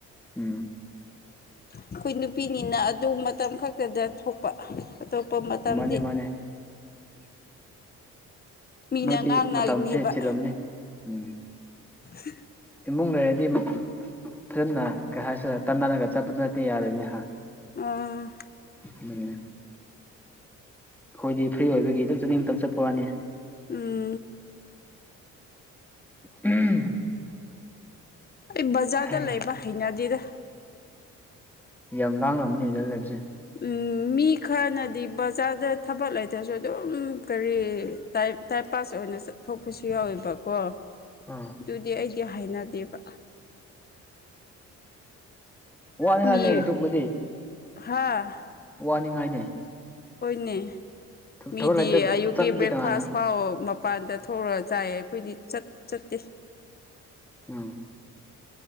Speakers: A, in the centre; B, on the left.
A: ꯎꯝ
B: ꯑꯩꯈꯣꯏ ꯅꯨꯄꯤꯅꯤꯅ ꯑꯗꯨ ꯃꯇꯝ ꯈꯛꯇꯗ ꯊꯣꯛꯄ ꯑꯇꯣꯞꯄ ꯃꯇꯝꯗꯤ
A: ꯃꯥꯅꯦ ꯃꯥꯅꯦ
B: ꯃꯤꯅ
A: ꯅꯣꯏꯗꯤ
B: ꯉꯥꯡꯅꯔꯤꯅꯦꯕ
A: ꯃꯇꯝꯁꯦ ꯆꯤꯜꯂꯝꯅꯤ ꯎꯝ
B: <unintelligible>
A: ꯏꯃꯨꯡ ꯂꯩꯔꯗꯤ ꯐꯖꯅ ꯀꯩ ꯍꯥꯏꯁꯤꯔ ꯇꯥꯟꯅꯔꯒ ꯆꯠꯄꯗꯨ ꯅꯠꯇꯦ ꯌꯥꯔꯣꯏꯅꯦꯍ
B: ꯑꯥ
A: ꯎꯝ ꯈꯣꯏꯗꯤ ꯐ꯭ꯔꯤ ꯑꯣꯏꯕꯒꯤ ꯑꯗꯨꯝ ꯆꯠꯅꯤꯡ ꯃꯇꯝ ꯆꯠꯄ ꯋꯥꯅꯤ
B: ꯎꯝ
A: ꯎꯍꯝ
B: ꯑꯩ ꯕꯖꯥꯔꯗ
A: ꯍꯩ
B: ꯂꯩꯕ ꯍꯩꯅꯗꯦꯗ
A: ꯌꯥꯝ ꯂꯥꯡꯂꯝꯅꯤ ꯕꯖꯔꯗ ꯂꯩꯕꯁꯦ
B: ꯎꯝ ꯃꯤ ꯈꯔꯅꯗꯤ ꯕꯖꯥꯔꯗ ꯊꯕꯛ ꯂꯩꯇ꯭ꯔꯁꯨ ꯑꯗꯨꯝ ꯀꯔꯤ ꯇꯥꯏꯞ ꯇꯥꯏꯝ ꯄꯥꯁ ꯑꯣꯏꯅ ꯆꯠꯊꯣꯛꯄꯁꯨ ꯌꯥꯎꯋꯦꯕꯀꯣ
A: ꯑꯥ
B: ꯑꯗꯨꯗꯤ ꯑꯩꯗꯤ ꯍꯩꯅꯗꯦꯕ
A: ꯋꯥꯅꯤꯡꯉꯥꯏꯅꯦ
B: ꯃꯤ
A: ꯑꯗꯨꯒꯨꯝꯕꯗꯤ
B: ꯍꯥ
A: ꯋꯥꯅꯤꯡꯉꯥꯏꯅꯤ
B: ꯍꯣꯏꯅꯦ ꯃꯤꯗꯤ
A: ꯊꯕꯛ ꯂꯩꯇ꯭ꯔꯒ
B: ꯑꯌꯨꯛꯀꯤ
A: ꯆꯠꯂꯗꯤ
B: ꯕ꯭ꯔꯦꯛꯐꯥꯁ
A: ꯀꯅꯥꯅ
B: ꯐꯥꯎ ꯃꯄꯥꯟꯗ ꯊꯣꯛꯂꯔ ꯆꯥꯏꯑꯦ ꯑꯈꯣꯏꯗꯤ ꯆꯠ ꯆꯠꯇꯦ
A: ꯎꯝ